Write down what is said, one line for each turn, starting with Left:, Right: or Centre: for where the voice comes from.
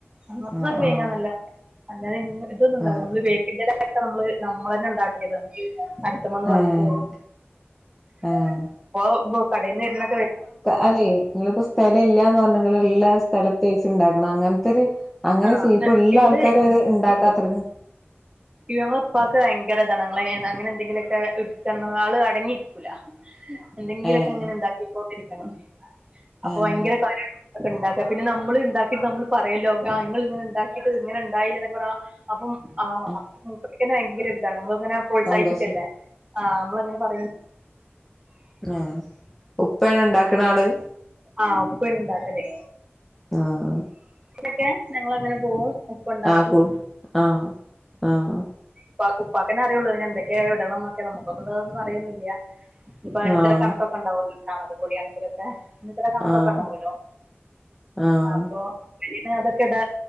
Right: അങ്ങനത്തതൊക്കെ
Centre: ആഹ് ആഹ്
Right: വേങ്ങാനല്ലാ അല്ലതെ ഇങ്ങ് ഇതൊന്നുണ്ടാവില്ല
Centre: ആഹ്
Right: നമ്മള് വേപ്പിന്റെല ക്കെ നമ്മള് നമ്മളന്നെ ഒണ്ടാക്കിയതാണ്. അടുത്ത മന്ന് പറിച്ചിട്ട്
Centre: ഏഹ്
Right: <unintelligible>
Centre: ഏഹ്
Right: കടേന്ന് വരുന്നത്
Centre: അല്ലേ? ങ്ങളിപ്പോ സ്ഥലം ഇല്ലാന്ന് പറഞ്ഞ് നിങ്ങള് ഇള്ള സ്ഥല <unintelligible> അങ്ങനത്തെരു അങ്ങനെ
Right: ആ
Centre: <unintelligible>
Right: ന-
Centre: ഇള്ള
Right: ഇവിടെ
Centre: ആൾക്കാര് വരെ ഇണ്ടാക്കാത്തൊരു കാലാ
Right: ഞങ്ങളെ ഇപ്പാക്ക് ഭയങ്കര ഇതാണ്. അങ്ങനെ എന്തെങ്കിലുമൊക്കെ എടുക്കണ ആള് അടങ്ങിയിരിക്കൂല. എന്തെങ്കിലൊക്കെ
Centre: ഏഹ്
Right: ഇങ്ങനെ ഇ ണ്ടാക്കൊണ്ടിരിക്കും. <unintelligible> അപ്പൊ
Centre: ഏഹ്
Right: ഭയങ്കര കാര്യാ ക്കുണ്ടാക്കാ പിന്നെ നമ്മള് ഇണ്ടാക്കിട്ട് നമ്മള് പറയല്ലോ ആ ങ്ങള് ഇങ്ങനെ ഇണ്ടാക്കിട്ട് ഇങ്ങനെ ഇണ്ടായില്ലേ എന്നൊക്കെ പറ അപ്പം ആഹ്‌
Centre: ആഹ്
Right: എനിക്കന്നെ ഭയങ്കര ഇതാണ് അങ്ങനെ പ്രോത്സാഹിപ്പിക്കല്ലേ
Centre: സന്തോഷം
Right: ആ നമ്മളങ്ങനെ പറയും
Centre: ആഹ്‌ ഉപ്പയാണോ ഇണ്ടാക്കണ ആള്
Right: ആഹ് ഉപ്പ ഇണ്ടാക്കല്
Centre: ആഹ്‌
Right: ക്കെ ഞങ്ങളങ്ങനെ പോവും ഉപ്പ ഉണ്ടാക്കും
Centre: ആ കു ആഹ്‌ ആഹ്‌
Right: ഉപ്പാക്ക്‌ ഉപ്പാക്കന്നെ അറിയുള്ളൂ അതിനെ എന്തൊക്കെയാ ഇടണം എന്നൊക്കെ നമുക്കൊന്നുംത് ന്ന് അറിയുന്നില്ല ഇപ്പൊ ഇത്ര
Centre: ആഹ്
Right: കണക്കൊക്കെ ഇണ്ടാവല്ലോ <unintelligible> പൊടിയാണെങ്കിലൊക്കെ ഇന്ന ഇത്ര കണക്കൊക്കെ
Centre: ആഹ്
Right: ഉണ്ടാവല്ലോ
Centre: ആഹ്
Right: അപ്പൊ പിന്നെ അതൊക്കെ ഇട്